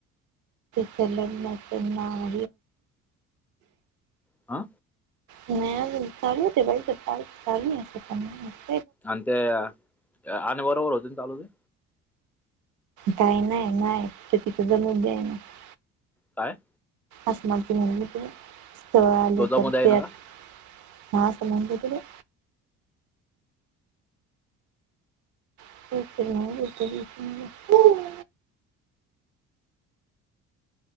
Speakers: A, on the right; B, in the centre.
A: चल मत ना <unintelligible>
B: आ?
A: नाही ते बाई सता <unintelligible>
B: आणि ते आणि बरोबर होते ना चालू ते?
A: काही नाही नाही तर तिच जम द्या ना <unintelligible>
B: काय?
A: आसम म्ह स आलं
B: तो जमू
A: तर
B: द्याय
A: त्या
B: ना का
A: <unintelligible> हां समून क <unintelligible> <inaudible>